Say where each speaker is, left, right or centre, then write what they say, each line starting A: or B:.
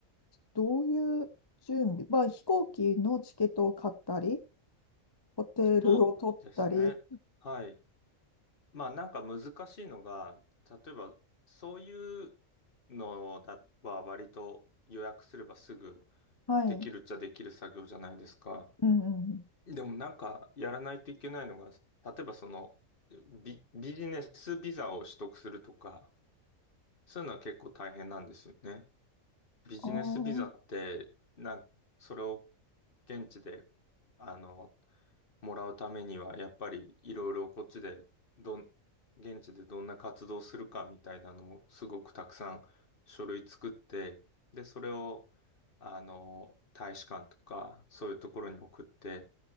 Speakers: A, on the left; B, on the left.
A: どういう準備、まあ、飛行機のチケットを買ったり、ホテルを取ったり、
B: そうですね。はい。まあなんか難しいのが、例えばそういうのだは割と予約すればすぐ
A: はい。
B: できるっちゃできる作業じゃないですか。
A: うんうんうん。
B: でもなんかやらないといけないのが、例えばそのビ、ビジネスビザを取得するとか、そういうのは結構大変なんですよね。ビジネスビザって、
A: ああ。
B: なん、それを現地であのもらうためには、やっぱりいろいろこっちで、どん、現地でどんな活動するかみたいなのをすごくたくさん書類作って、で、それを、あの、大使館とか、そういうところに送って、